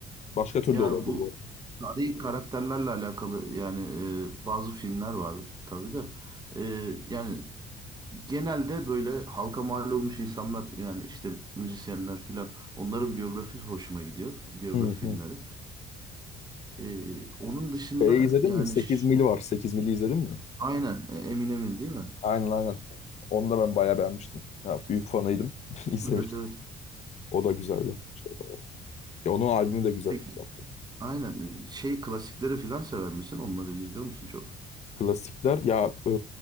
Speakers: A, on the left; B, on the right.
A: Başka tür
B: ya
A: de olabilir
B: bu
A: bu arada.
B: tarihi karakterlerle alakalı yani eee, bazı filmler var tabii de. Eee, yani genelde böyle halka mal olmuş insanlar yani işte müzisyenler filan onların biyografi hoşuma gidiyor. Biyografi
A: Hı
B: filmleri.
A: hı.
B: Eee, onun dışında
A: Şeyi izledin
B: yani
A: mi? Sekiz
B: ş-
A: mil var. 8 mili izledin mi?
B: aynen e, Eminem'in değil mi?
A: Aynen aynen. Onu da ben bayağı beğenmiştim. Ya, büyük fanıydım. <laughs> İzlemiştim.
B: Evet evet.
A: O da güzel bir şey. Ya onun albümü de güzel.
B: Peki
A: yaptı.
B: Aynen. E, Şey klasikleri filan sever misin? Onları izliyor musun çok?
A: Klasikler ya e,